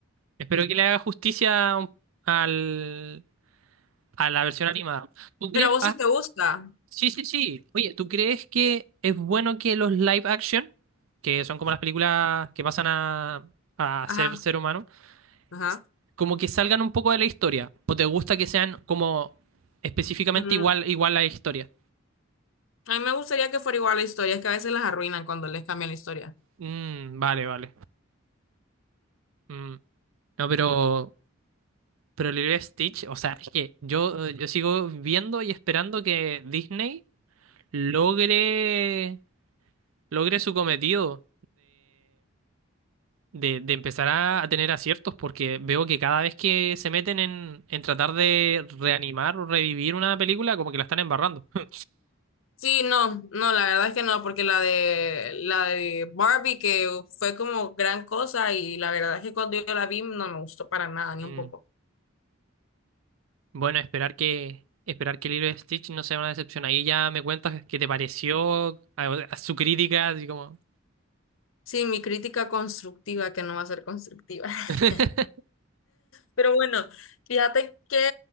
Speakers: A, on the right; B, on the left.
A: Espero que le haga justicia al, a la versión animada. ¿Tú crees?
B: Pero a vos sí te gusta.
A: Sí, sí, sí. Oye, ¿tú crees que es bueno que los live action, que son como las películas que pasan a, a
B: Ajá,
A: ser ser humano,
B: ajá.
A: s- como que salgan un poco de la historia? ¿O te gusta que sean como específicamente
B: Mm.
A: igual, igual a la historia?
B: A mí me gustaría que fuera igual la historia, es que a veces las arruinan cuando les cambian la historia.
A: Mm, vale, vale. Mm. No, pero, pero Lilo y Stitch, o sea, es que yo, yo sigo viendo y esperando que Disney logre, logre su cometido de, de empezar a, a tener aciertos, porque veo que cada vez que se meten en, en tratar de reanimar o revivir una película, como que la están embarrando. <laughs>
B: Sí, no, no, la verdad es que no, porque la de la de Barbie que fue como gran cosa y la verdad es que cuando yo la vi no me gustó para nada, ni
A: Mm,
B: un poco.
A: Bueno, esperar que esperar que Lilo y Stitch no sea una decepción. Ahí ya me cuentas qué te pareció, a, a su crítica, así como.
B: Sí, mi crítica constructiva que no va a ser constructiva. <laughs>
A: <laughs>
B: Pero bueno, fíjate que